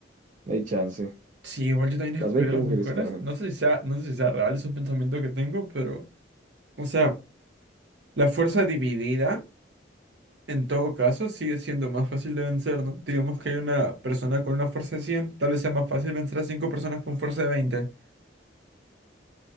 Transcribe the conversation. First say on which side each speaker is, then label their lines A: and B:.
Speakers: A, on the right (about 40°); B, on the right (about 65°).
A: no hay chance.
B: Sí, igual yo también escogería
A: Las 20
B: a
A: mujeres,
B: las mujeres.
A: claramente.
B: No sé si sea, no sé si sea real ese pensamiento que tengo, pero. O sea, la fuerza dividida, en todo caso, sigue siendo más fácil de vencer, ¿no? Digamos que hay una persona con una fuerza de 100 tal vez sea más fácil vencer a cinco personas con fuerza de veinte